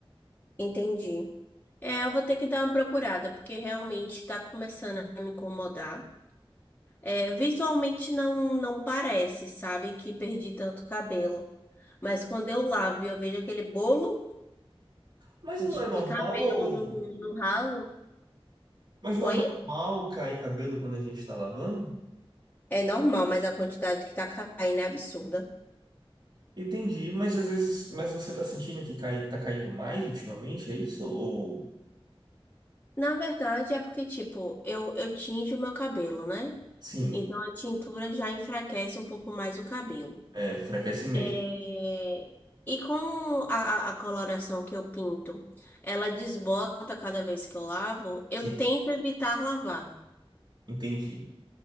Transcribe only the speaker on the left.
Entendi. É, eu vou ter que dar uma procurada, porque realmente tá começando a me incomodar. É, visualmente não, não parece, sabe, que perdi tanto cabelo. Mas quando eu lavo e eu vejo aquele bolo
de,
de cabelo no, no ralo,
oi?
É normal, mas a quantidade que tá caindo é absurda.
Na verdade, é porque, tipo, eu, eu tinjo o meu cabelo, né?
Então a tintura já enfraquece um pouco mais o cabelo.
É, E com a, a a coloração que eu pinto, ela desbota cada vez que eu lavo, eu
tento evitar lavar.